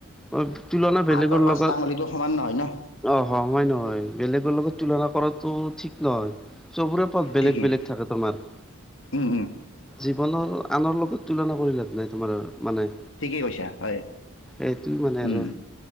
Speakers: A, in the centre; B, on the left (about 70°).
A: অ' তুলনা বেলেগৰ
B: তোৰ পাঁচটা
A: লগত
B: আঙুলিটো সমান ন হয় ন'।
A: অ'! হয়-হয় নহয়? বেলেগৰ লগত তুলনা কৰাটো ঠিক নহয়। চবৰে পথ, বেলেগ-বেলেগ
B: ঠিকেই
A: থাকে তোমাৰ।
B: উম, উম।
A: জীৱনৰ, আনৰ লগত তুলনা কৰি লাভ নাই, তোমাৰ মানে।
B: ঠিকেই কৈছা, হয়!
A: সেইটো মানে
B: উম,
A: আৰু।